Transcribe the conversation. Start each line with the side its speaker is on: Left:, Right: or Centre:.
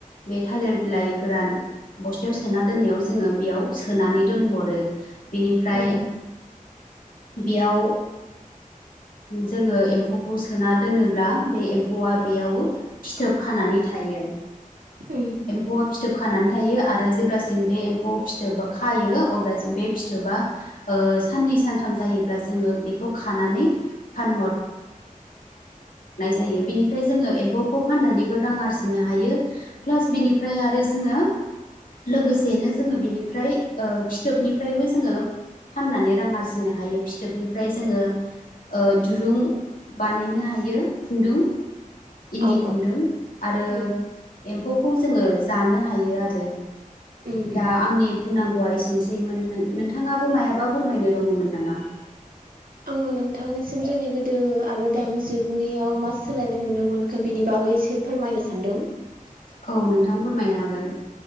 Left: बे थालिर बिलाइ गोरान बस्थायाव सोना दोननायाव जोङो बेयाव सोनानै दोनहरो बिनिफ्राय
Right: औ
Left: बेयाव जोङो एम्फौखौ सोना दोनोब्ला बे एम्फौआ बेयाव फिथोबखान नानै थायो
Right: उम
Left: एमफौ आ फिथोब खानानै थायो आरो जेब्लासिम बे एम्फौ फिथोब खायो अब्लासिम बे फिथोबा साननै सानथाम जायोब्ला जोङो बेखौ जनानै फान जायो बेनि ज एमफौखौ फान्नानै रां आरजिनो हायो फ्लास बिनिफ्राय आरो जोङो लोगोसेनो जोङो बिनिफ्राय फिथोबनिफ्रायबो जोङो फाननानै रां आरजिनो हायो फिथोबनिफ्राय जोङो दुरुं बानायनो हायो खुन्दुं इन्दि
Right: औ
Left: खुन्दुं आरो
Right: उम
Left: एम्फौखौ जोङो जानो हायो आरो
Right: उम उम
Left: दा आंनि बुंनांगौ वा एसेनसैमोन नोंथाङाबो मायाबा फोरमायनो दङमोन नामा?
Right: आङो नोंथांनिसिम जोंनि गोदो आरो दानि जुगनियाव मा सोलायनाय नुनो मोनखो बिनि बागैसो फोरमायनो सानदों ।
Left: औ नोंथां फोरमायनो हागोन ।